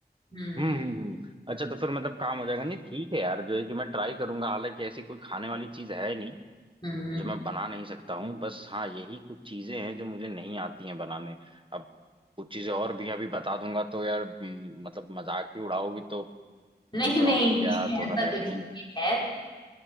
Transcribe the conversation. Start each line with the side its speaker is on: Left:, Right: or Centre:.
Left: हम्म
Right: हम्म हम्म हम्म अच्छा तो फिर मतलब काम हो जाएगा नहीं ठीक है यार जो है कि मैं ट्राई करूंगा हालांकि ऐसी कोई खाने वाली चीज है नहीं
Left: हम्म
Right: जो मैं बना नहीं सकता हूँ बस हाँ यही कुछ चीजें हैं जो मुझे नहीं आती हैं बनाने अब कुछ चीजें और भी अभी बता दूंगा तो यार हम्म, मतलब मजाक ही उड़ाओगी तो
Left: नहीं
Right: सोच
Left: नहीं
Right: रहा हूँ कि क्या
Left: <laughs>
Right: थोड़ा
Left: ऐसा
Right: रहनी
Left: कुछ नहीं है खैर